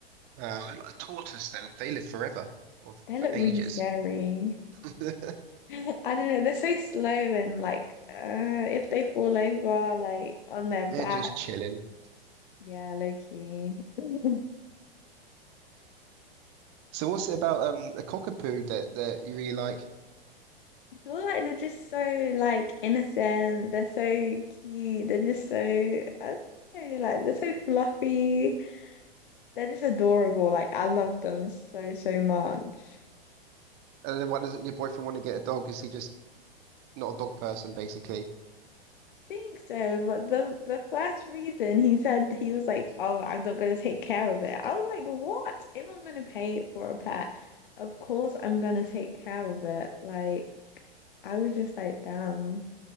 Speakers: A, on the right; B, on the left.
A: Uh, maybe like a tortoise then. They live forever or f-
B: They
A: for
B: look really
A: ages.
B: scary.
A: <laughs> They're
B: <laughs> I don't know, they're so slow and like uh if they fall over like on their back,
A: just chilling.
B: yeah, low key. <laughs> I
A: So what's it about um a cockapoo that that you really like?
B: feel like they're just so like innocent, they're so cute, they're just so I don't know, like they're so fluffy. They're just adorable. Like I love them so so much.
A: And then why doesn't your boyfriend want to get a dog? Is he just not a dog person basically?
B: think so, but the the first reason he said he was like, "Oh, I'm not gonna take care of it." I was like, "What? If I'm gonna pay for a pet, of course I'm gonna take care of it." Like, I was just like, "Damn,